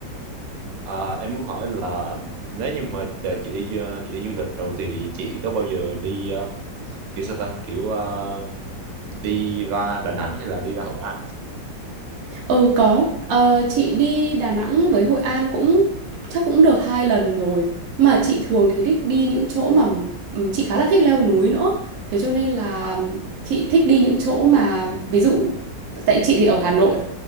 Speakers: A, on the right; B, on the right.
A: Ờ, em muốn hỏi là nếu như mà chờ chị đi du- chị đi du lịch rồi thì chị có bao giờ đi ờ, kiểu sao ta kiểu ờ, đi ra Đà Nẵng hay là đi ra Hội An
B: Ừ có, Ờ, chị đi Đà Nẵng với Hội An cũng chắc cũng được hai lần rồi. Mà chị thường thì thích đi những chỗ mà ừm, chị khá là thích leo núi nữa. Thế cho nên là
A: À,
B: chị thích đi những chỗ mà ví dụ tại chị thì ở Hà Nội.